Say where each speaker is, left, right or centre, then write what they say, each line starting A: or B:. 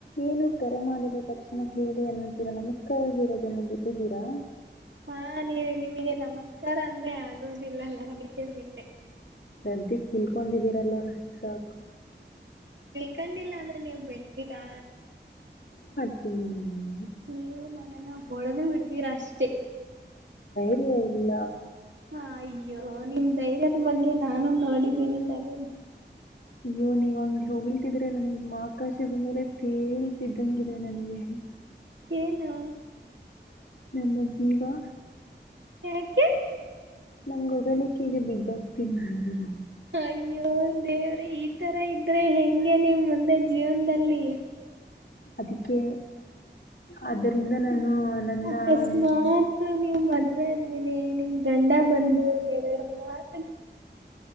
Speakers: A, on the left (about 85°); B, on the right (about 80°).
A: ಏನು ಕರೆ ಮಾಡಿದ ತಕ್ಷಣ ಹೇಳಿ ಎನ್ನುತ್ತ. ರಾ ನಮಸ್ಕಾರ ಹೀರೋದನ್ನು ಬಿಟ್ಟಿದ್ದೀರಾ.
B: ಹಾ ನೀ ನಿಮಗೆ ನಮಸ್ಕಾರ ಅಂದ್ರೆ ಆಗೋದಿಲ್ಲಲ್ಲ ಅದಕ್ಕೆ ಬಿಟ್ಟೆ.
A: ಸದಿಕ್ಕ ತಿಳ್ಕೊಂಡಿದೀರಲ್ಲ ಅಷ್ಟ್ ಸಾಕು.
B: ಕಂಡಿಲ್ಲ ಅಂದ್ರೆ ನೀವು ಬಿಡ್ತೀರಾ.
A: <inaudible>
B: ನೀವು ನನ್ನನ್ನ ಹೊಡದು ಬಿಡ್ತೀರ ಅಷ್ಟೇ.
A: ಏ ಇಲ್ಲ.
B: ಹಾ ಅಯ್ಯೋ ನಿಮ್ ಧೈರ್ಯದ ಬಗ್ಗೆ ನಾನು ನೋಡಿದ್ದೀನಿ ತಗೊಳಿ.
A: ಅಯ್ಯೋ ನೀವ್ ಹಂಗ ಹೋಗಿಲ್ತಿದ್ರೆ ನನಗ್ ಆಕಾಶದ ಮೇಲೆ ತೇಲ್ತಿದ್ದಂಗಿದೆ ನನಗೆ.
B: ಏನು.
A: ನನ್ನ ಜೀವ.
B: ಯಾಕೆ.
A: ನಂಗಗೆ ಹೊಗಳಿಕೆಗೆ ಬಿದ್ದೋಗ್ತೀನಿ ನಾ ಹಹಹ.
B: ಅಯ್ಯೋ ದೇವ್ರೇ ಈ ತರ ಇದ್ರೆ ಹೆಗೆ ನೀವು ಮುಂದೆ ಜೀವನದಲ್ಲಿ.
A: ಅದಕ್ಕೆ ಆದರಿಂದ ನಾನು. ನನ್ನ
B: ಅಕಸ್ಮಾತ್ ನೀವ್ ಮದ್ವೆ ಆದ್ಮೇಲೆ ನಿಮ್ ಗಂಡ ಬಂದು. ಎರಡು ಮಾಡ